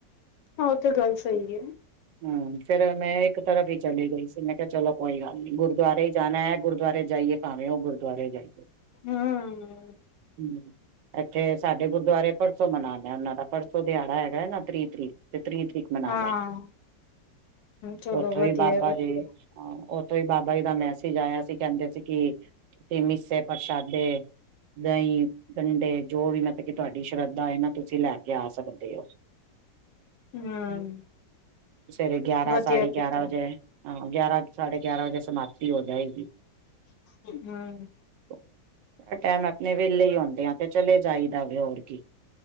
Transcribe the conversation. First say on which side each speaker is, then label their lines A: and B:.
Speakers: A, on the left (about 85°); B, on the right (about 80°).
A: ਹਾਂ, ਤੇ ਗੱਲ ਸਹੀ ਹੈ।
B: ਹਮ ।ਫੇਰ ਮੈਂ ਇੱਕ ਤਰਫ ਹੀ ਚਲੀ ਗਈ ਮੈਂ ਕਿਹਾ ਚਲੋ ਕੋਈ ਗੱਲ ਨੀ ਗੁਰਦੁਆਰੇ ਹੀ ਜਾਣਾ ਹੈ। ਗੁਰਦੁਆਰੇ ਜਾਈਏ। ਪਾਵੇ ਉਹ ਗੁਰਦੁਆਰੇ ਜਾਈਏ।
A: ਹਮ
B: ਹਮ। ਇੱਥੇ ਸਾਡੇ ਗੁਰਦੁਆਰੇ ਪਰਸੋਂ ਮਨਾਨਾ ਉਹਨਾਂ ਦਾ ਪਰਸੋਂ ਦਿਹਾੜਾ ਹੈਗਾ ਨਾ ਤਰੀਹ ਤਰੀਕ। ਤਰੀਹ ਤਰੀਕ ਮਨਾਣਾ।
A: ਹਾਂ ਚਲੋ
B: ਤੇ ਉੱਥੋਂ
A: ਵਧੀਆ
B: ਵੀ ਬਾਬਾ
A: ਵਧੀਆ
B: ਜੀ ਉ ਓਥੋਂ ਹੀ ਬਾਬਾ ਜੀ ਦਾ ਮੈਸੇਜ ਆਇਆ ਸੀ ਕਹਿੰਦੇ ਸੀ ਕਿ, ਤੁਸੀਂ ਮਿੱਸੇ ਪ੍ਰਸ਼ਾਦੇ ਦਹੀਂ ਗੰਡੇ ਜੋ ਵੀ ਮਤਲਬ ਕਿ ਤੁਹਾਡੀ ਸ਼ਰਧਾ ਇਹ ਨਾ ਤੁਸੀਂ ਲੈ ਕੇ ਆ ਸਕਦੇ ਹੋ। <inaudible>
A: ਹਮ।
B: ਸਵੇਰੇ ਗਿਆਰਾਂ-
A: ਵਧੀਆ
B: ਸਾਢੇ
A: ਕੀਤਾ
B: ਗਿਆਰਾਂ ਵਜੇ ਹਾਂ ਗਿਆਰਾਂ- ਸਾਢੇ ਗਿਆਰਾਂ ਵਜੇ ਸਮਾਪਤੀ ਹੋ ਜਾਏਗੀ।
A: ਹਮ।
B: ਪਰ ਟਾਈਮ ਆਪਣੇ ਵਿਹਲੇ ਹੀ ਆਉਂਦੇ ਆ ਤੇ ਚਲੇ ਜਾਈਦਾ ਵੇ ਹੋਰ ਕੀ।